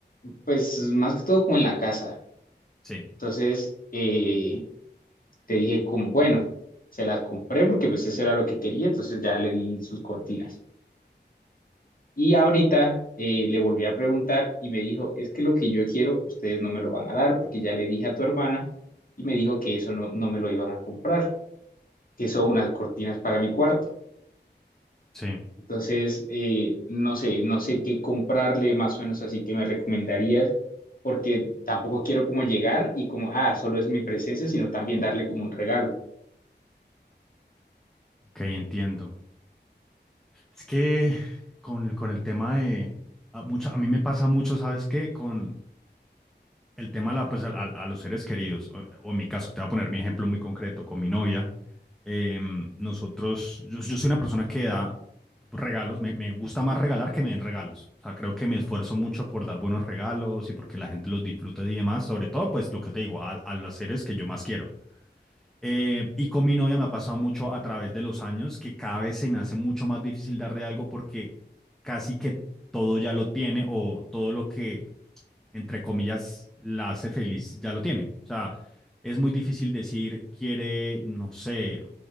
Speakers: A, on the left; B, in the centre.
A: pues más que todo como en la casa.
B: Sí,
A: Entonces, eh, te dije como, bueno, se las compré porque pues eso era lo que quería, entonces ya le di sus cortinas. Y ahorita eh, le volví a preguntar y me dijo, es que lo que yo quiero, ustedes no me lo van a dar porque ya le dije a tu hermana y me dijo que eso no, no me lo iban a comprar, que son unas cortinas para mi cuarto.
B: sí,
A: Entonces, eh, no sé, no sé qué comprarle más o menos, así que me recomendarías, porque tampoco quiero como llegar y como, ah, solo es mi presencia, sino también darle como un regalo.
B: ok, entiendo. Es que con, con el tema de, a, mucha- a mí me pasa mucho, ¿sabes qué? Con, el tema a la- pues, al- al- a, los seres queridos, o, o en mi caso, te voy a poner mi ejemplo muy concreto con mi novia. em, nosotros, yo, yo soy una persona que da regalos, me, me gusta más regalar que me den regalos. O sea, creo que me esfuerzo mucho por dar buenos regalos y porque la gente los disfrute y demás, sobre todo, pues lo que te digo, a, a los seres que yo más quiero. Eh, y con mi novia me ha pasado mucho a través de los años que cada vez se me hace mucho más difícil darle algo porque casi que todo ya lo tiene o todo lo que entre comillas, la hace feliz, ya lo tiene. O sea, es muy difícil decir, quiere, no sé,